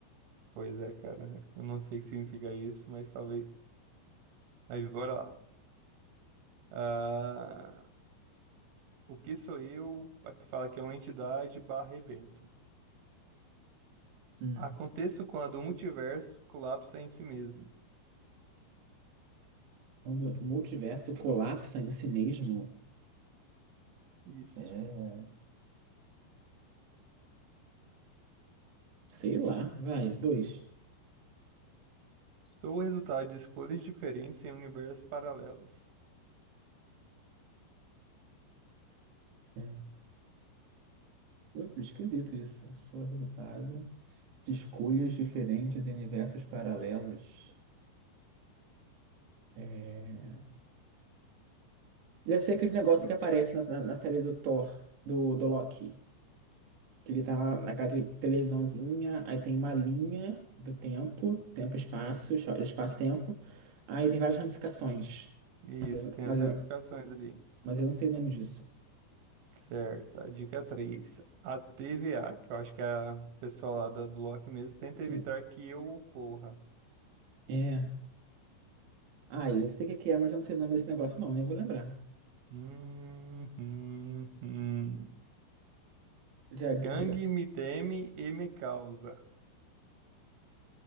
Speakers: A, on the right (about 80°); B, on the right (about 70°).
A: Pois é, cara. Eu não sei o que significa isso, mas talvez. Mas bora lá. Ah, o que sou eu? A que fala que é uma entidade barra evento.
B: Hum.
A: Aconteço quando o multiverso colapsa em si mesmo.
B: Quando o multiverso colapsa em si mesmo,
A: Isso.
B: é. Sei lá, vai, dois.
A: Sou o resultado de escolhas diferentes em universos paralelos.
B: É. Putz, esquisito isso. Sou resultado de escolhas diferentes em universos paralelos. É... Deve ser aquele negócio que aparece na, na, na série do Thor, do, do Loki. Que ele tá lá naquela tele- televisãozinha, aí tem uma linha do tempo, tempo-espaço, cho- espaço-tempo. Aí tem várias ramificações.
A: Isso,
B: Mas eu,
A: tem
B: mas,
A: as
B: eu,
A: ramificações ali.
B: mas eu não sei o nome disso.
A: Certo, a dica três A TVA, que eu acho que é a pessoa lá da, do Loki mesmo, tenta
B: Sim,
A: evitar que eu ocorra.
B: é. Ah, eu sei o que que é, mas eu não sei o nome desse negócio, não, nem vou lembrar.
A: Hum, hum, hum.
B: Já, diga,
A: Gangue me teme e me causa.